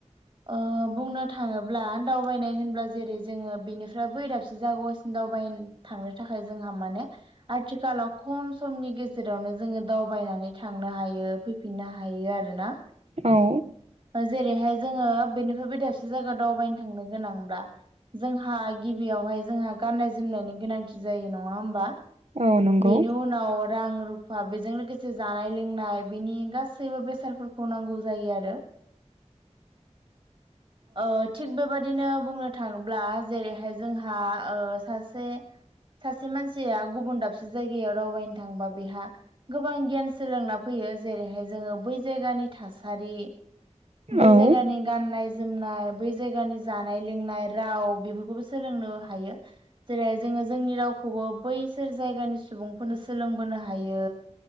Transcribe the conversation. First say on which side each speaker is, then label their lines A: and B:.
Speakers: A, on the right; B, on the right.
A: ओ बुंनो थाङोब्ला दावबायनाय होनब्ला जेरै जोङो बेनिफ्राय बै दाबसे जागावसिम दावबायन थांनो थाखाय जोंहा माने आथिखालाव खम समनि गेजेरावनो जोङो दावबाय नानै थांनो हायो, फैफिननो हायो आरोना।
B: औ
A: ओ जेरैहाय जोङो बेनिफ्राय दाबसे जायायाव दावबायनो थांनो गोनांब्ला। जोंहा गिबियावहाय जोंहा गानाय जोम होनायनि गोनांथि जायो नङा होमबा?
B: औ नंगौ
A: बेनि उनाव रां रु फा बेजों लोगोसे जानाय लोंनाय बेनि गासैबो बेसादफोरखौ नांगौ जायो आरो। औ थिग बेबादिनो बुंनो थाङोब्ला जेरैहाय जोंहा ओ सासे सासे मानसिया गुबुन दाबस जायगायाव दावबायनो थांबा बेहा गोबां गियान सोलोंना फैयो। जेरैहाय जोङो बै जायगा नि थासारि बै
B: औ
A: जायगानि गाननाय जोमनाय बै जायगानि जानाय लोंनाय राव बेफोरख खौबो सोलोंनो हायो। जेरै जोङो जोंनि रावखौबो बैसोर जायगानि सुबुंफोरनो सोलोंबोनो हायो।